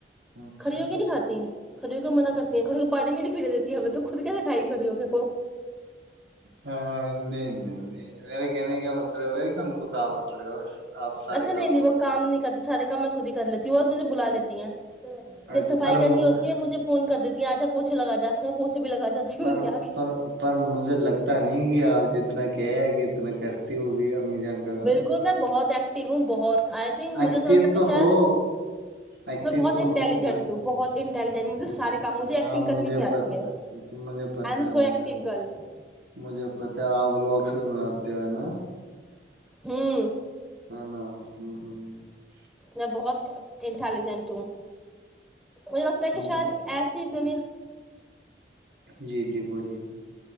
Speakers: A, on the right; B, in the centre.
A: اچھا
B: کھڑی ہو کے نہیں کھاتی کھڑیوں کے منع
A: اچھا
B: کرتی ہیں کھڑی ہو کے پانی میں نہیں پینےے دیتی ہمیں تو خود کیسے کھایگی کھڑی ہو کے وہ
A: ہاں نہیں میرے کہنے کا مطلب ہے کہ ان کو کام مت لگاؤ آپ سارے
B: اچھا
A: کام
B: نہیں نہیں
A: امی
B: وہ
A: جان
B: کام
A: کے
B: نہیں
A: کرتے
B: کرتی
A: ہو
B: سارے کام میں خود ہی کر لیتی ہوں وہ مجھے بلا لیتی ہیں جب
A: اچھا
B: صفائی
A: پر
B: کرنی ہوتی ہے مجھے فون کر دیتی ہیں آ جا پوچھے لگا جاتا ہے پوچھے بھی لگا جاتی
A: پر
B: ہ ان کے کے
A: پر پر مجھے لگتا نہیں کہ آپ جتنا که رہی ہے اتنا کرتی ہوگی امی جان کا کام
B: بالکل میں بہت آکٹیو ہوں بہت آئی تھنک
A: ایکٹو
B: مجھے س لگتا ہے
A: تو
B: کہ شاید
A: ہو ایکٹو
B: میں بہت
A: تو
B: انٹیلیجنٹ
A: ہو بٹ
B: ہوں بہت <unintelligible> مجھے
A: ہاں
B: ایکٹنگ
A: مجھے
B: کرنی بھی
A: پ
B: آتی ہے
A: مجھے پتا
B: آئی ایم
A: ہے
B: سو
A: مجھے
B: ایکٹیو گرل
A: مجھے پتا ہے آپ لوگ <unintelligible>
B: ہوں
A: <inaudible>
B: میں بہت انٹیلیجنٹ مجھے لگتا ہے کہ
A: ہاں
B: شاید ایسی دنیا
A: جی جی بولیے